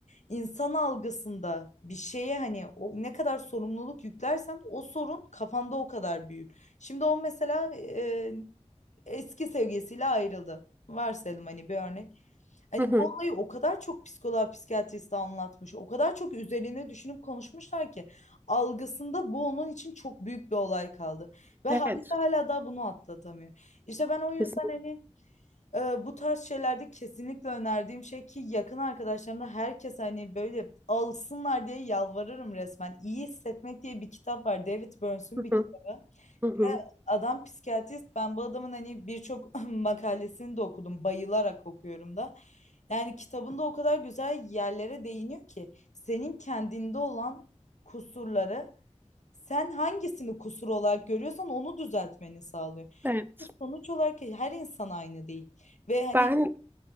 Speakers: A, on the left; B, on the right.
A: insan algısında bir şeye hani o ne kadar sorumluluk yüklersen o sorun kafanda o kadar büyür. Şimdi o mesela e, eski sevgilisiyle ayrıldı. Varsayalım hani bir örnek. Hani
B: Hı hı.
A: bu olayı o kadar çok psikoloğa, psikiyatriste anlatmış, o kadar çok üzerine düşünüp konuşmuşlar ki algısında bu onun için çok büyük bir olay kaldı. Ve haliyle
B: Evet.
A: hala daha bunu atlatamıyor. İşte ben o yüzden
B: Kesinlikle.
A: hani ee, bu tarz şeylerde kesinlikle önerdiğim şey ki yakın arkadaşlarımda herkes hani böyle alsınlar diye yalvarırım resmen. İyi Hissetmek diye bir kitap var. David Burns'un
B: Hı
A: bir kitabı.
B: hı. Hı hı.
A: Adam psikiyatrist. Ben bu adamın hani birçok <laughs> makalesini de okudum. Bayılarak okuyorum da. Yani kitabında o kadar güzel yerlere değiniyor ki senin kendinde olan kusurları sen hangisini kusur olarak görüyorsan onu düzeltmeni sağlıyor.
B: Evet.
A: Sonuç olarak her insan aynı değil. Ve hani
B: Ben